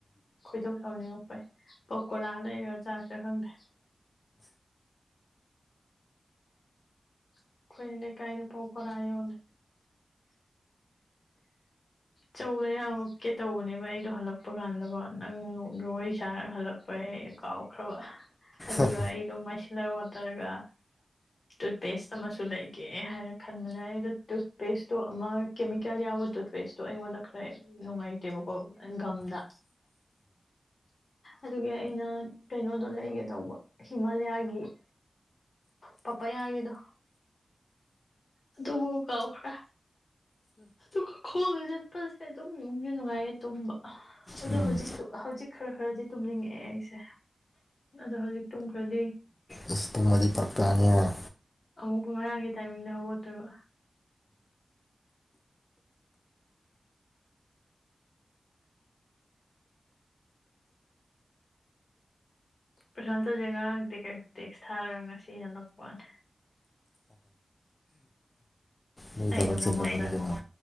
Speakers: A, on the left; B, on the left.
A: ꯈꯣꯏꯗꯣꯛ ꯁꯥꯎꯅꯤꯡꯉꯛꯄꯩ ꯄꯥꯀꯣꯔꯥ ꯂꯩꯔꯒ ꯆꯥꯁꯤꯔ ꯈꯪꯗꯦ ꯫ ꯑꯩꯈꯣꯏꯒꯤ ꯂꯩꯀꯥꯏꯗ ꯄꯥꯀꯧꯔꯥ ꯌꯣꯜꯂꯦ ꯆꯧ ꯂꯩ ꯌꯥꯝꯃꯛꯀꯦ ꯇꯧꯕꯅꯦꯕ ꯑꯩꯗꯣ ꯍꯜꯂꯛꯄ ꯀꯥꯟꯗꯀꯣ ꯅꯪꯗ ꯋꯥꯔꯤ ꯁꯥꯔꯒ ꯍꯜꯂꯛꯄꯩ ꯑꯩꯗꯣ ꯀꯥꯎꯈ꯭ꯔꯕ ꯑꯗꯨꯒ
B: ꯎꯝ
A: ꯑꯩꯗꯣ ꯃꯥꯏꯁꯤꯂꯔ ꯋꯇꯔꯥ ꯅꯠꯇꯔꯒ ꯇꯨꯠꯄꯦꯁ ꯑꯃꯁꯨ ꯂꯩꯒꯦ ꯍꯥꯏꯔ ꯈꯟꯕꯅꯦ ꯑꯩꯗꯣ ꯇꯨꯠꯄꯦꯁꯇꯨ ꯑꯃ ꯀꯦꯃꯤꯀꯦꯜ ꯌꯥꯎꯕ ꯇꯨꯠꯄꯦꯁ ꯗꯣ ꯑꯩꯉꯣꯟꯗ ꯈꯔ ꯅꯨꯡꯉꯥꯏꯇꯦꯕꯀꯣ ꯒꯝꯗ ꯑꯗꯨꯒꯤ ꯑꯩꯅ ꯀꯩꯅꯣꯗꯣ ꯂꯩꯒꯦ ꯇꯧꯕ ꯍꯤꯃꯥꯂꯌꯥꯒꯤ ꯄꯥꯄꯥꯌꯥꯒꯤꯗꯣ ꯑꯗꯨꯕꯨ ꯀꯥꯎꯈ꯭ꯔꯦ ꯗꯨꯒꯥ ꯀꯦ ꯁ꯭ꯀꯨꯜ ꯆꯠꯄꯁꯦ ꯑꯗꯨꯝꯁꯨ ꯅꯨꯡꯉꯥꯏꯌꯦ ꯇꯨꯝꯕ ꯑꯗꯣ
B: ꯎꯝ
A: ꯍꯧꯖꯤ ꯍꯧꯖꯤꯛ ꯈꯔ ꯈꯔꯗꯤ ꯇꯨꯝꯅꯤꯡꯉꯛꯑꯦ ꯑꯩꯁꯦ ꯑꯗꯣ ꯍꯧꯖꯤꯛ ꯇꯨꯝꯈ꯭ꯔꯗꯤ
B: ꯑꯁ ꯇꯨꯝꯃꯗꯤ ꯐꯔꯛ ꯇꯥꯅꯤꯍꯦ
A: ꯑꯃꯨꯛꯀ ꯉꯔꯥꯡꯒꯤ ꯇꯥꯏꯃꯤꯡꯗ ꯍꯧꯒꯠꯇꯣꯏꯕ꯫ ꯄ꯭ꯔꯁꯥꯟꯇꯖꯦ ꯉꯔꯥꯡ ꯇꯦꯛ ꯀꯩꯛꯇꯦꯛ ꯊꯥꯔꯒ ꯉꯁꯤ ꯍꯜꯂꯛꯄ ꯋꯥꯅꯤ
B: ꯅꯣꯏ
A: ꯑꯩꯅ
B: ꯊꯕꯛ ꯆꯤꯜꯂꯝꯒꯅꯤ
A: ꯃꯉꯣꯟꯗ
B: ꯀꯩꯅꯣ